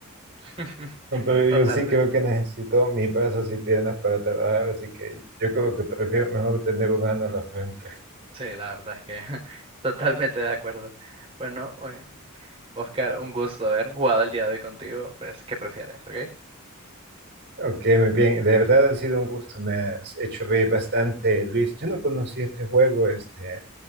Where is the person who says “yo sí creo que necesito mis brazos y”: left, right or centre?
Right